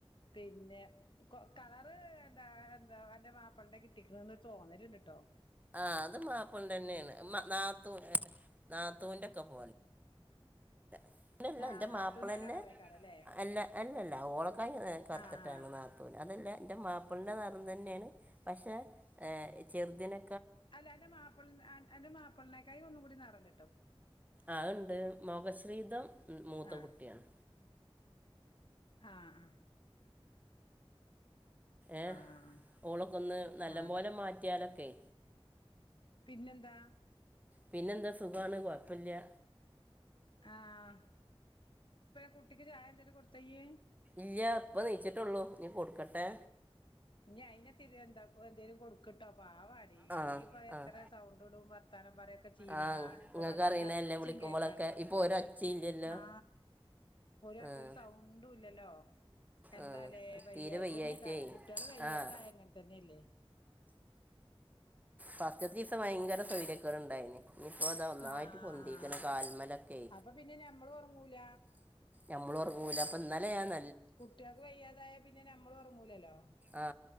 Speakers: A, on the left; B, on the right.
A: പിന്നെ കളറ് എന്താ എന്താ എന്റെ മാപ്പിളന്റെ ട്ടകിട്ടിക്ക്ണ്ന്ന് തോന്നട്ട ലുണ്ട്ട്ടോ
B: ആ അത് മാപ്പളന്റെന്നെണ് നാത്തൂ നാത്തൂന്റെ ഒക്കെ പോലെ പിന്നല്ല
A: ആഹ്
B: എന്റെ
A: നാത്തൂനാ
B: മാപ്പിളന്നെ
A: കളറേക്കാരല്ലേ
B: അല്ല അല്ലല്ല ഓളക്കായി കറ്ത്തിട്ടാണ്
A: ആഹ്
B: നാത്തൂന് അതല്ല എന്റെ മാപ്പി പ്പള്ന്റെ നെറം തന്നെയാണ് പക്ഷേ ചെറുതിന്
A: അല്ല അന്റെ മാപ്പിള് അന്റെ മാപ്പിളനേക്കായി ഒന്നും കൂടി നെറണ്ട്
B: അഅ്ണ്ട് മകശ്രീധം മൂത്ത
A: ആഹ്
B: കുട്ട്യാണ്
A: ആഹ് ആഹ
B: ഏഹ
A: ആഹ്
B: ഓളൊക്കൊന്ന് നല്ല
A: ആഹ്
B: പോലെ മാറ്റിയാല് ലെ
A: പിന്നെന്താ
B: പിന്നെന്താ സുഖമാണ് കുഴപ്പല്ല്യ
A: ആ <unintelligible> കുട്ടിക്ക് ചായ എന്തലും കൊടു പയ്യെ
B: ഇയ ഇപ്പൊ ണിച്ചിട്ടള്ളൂ നീ കൊടുക്കട്ടേ
A: ഇനി അയിനെ തിരുകണ്ട പൊയ് എന്തേലും കൊടുക്ക കട്ടപ് പാവാടി
B: ആ
A: അല്ലെങ്കി ഇപ്പ എത്ര
B: ആ
A: സൗണ്ട് ഇടു തരാം വരൊക്കെ ചീണ
B: ആഹ്
A: ആണ് ഇപ്പൊ
B: ഇങ്ങക്ക്
A: കണ്ടോ
B: അറിയണല്ലേ
A: ഒരു ഒച്ചയും
B: വിളിക്കുമ്പോളൊക്കെ
A: കേക്കാല്ല
B: ഇപ്പൊ ഒരൊച്ചയില്ലല്ലോ
A: ആ ഒരാത്തരു
B: ആഹ്
A: സൗണ്ട ഇപ്പൊല്ലല്ലോ എന്താാലേ
B: ആഹ്
A: വയ്യായി
B: തീരെ വയ്യായിട്ടേ
A: തന്നെ കാര കുട്ടികള് വയ്യാതായിങ്ങനെ
B: ആഹ്
A: തന്നെല്ലേ
B: സത്യത്തീത്ത ഭയങ്കര <unintelligible> അതാ ഒന്നായിട്ട്
A: ആ ആ
B: പൊന്തിക്കണ്
A: ആ
B: കാൽമലൊക്കെ
A: ആ അപ്പൊ പിന്നെ ഞമ്മള് ഉറങ്ങൂല
B: നമ്മള് ഉറങ്ങുല അപ്പൊ ഇന്നാലെ ആണ്
A: കുട്ടികക്ക് വയ്യാതായ പിന്നെ മ്മള് ഉറങ്ങൂലല്ലോ
B: ആ